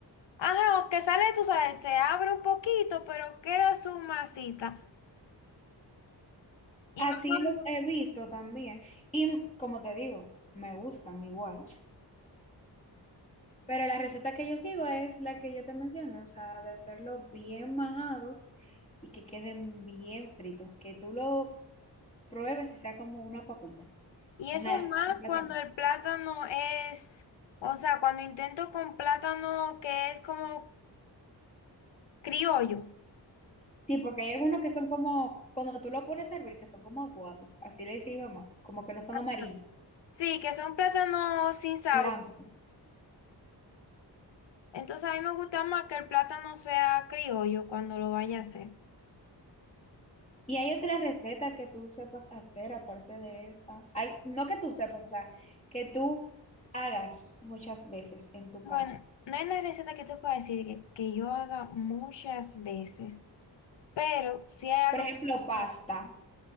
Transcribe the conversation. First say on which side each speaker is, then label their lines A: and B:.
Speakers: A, on the left; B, on the left.
A: ajá, que sale, tú sabes, se abre un poquito, pero queda su masita. Y,
B: Así
A: más cuando-
B: los he visto también. Y como te digo, me gustan igual. Pero la receta que yo sigo es la que yo te mencioné, o sea, de hacerlo bien majados y que queden bien fritos, que tú lo pruebes y sea como una papita,
A: y
B: una,
A: eso es más
B: un platanito.
A: cuando el plátano es, o sea, cuando intento con plátano que es como criollo.
B: Sí, porque hay algunos que son como, cuando tú lo pones a hervir, que son como aguados, así le dice mi mamá, como que no son
A: Ajá.
B: amarillos,
A: Sí, que son plátanos sin sabor.
B: blancos.
A: Entonces a mí me gusta más que el plátano sea criollo cuando lo vaya a hacer.
B: Y hay otra receta que tú sepas hacer aparte de esa. Hay- no que tú sepas, o sea, que tú hagas muchas veces en tu
A: Bueno,
B: casa.
A: no hay una receta que te pueda decir que, que yo haga muchas veces, pero si hay
B: Por
A: algo
B: ejemplo,
A: como-
B: pasta,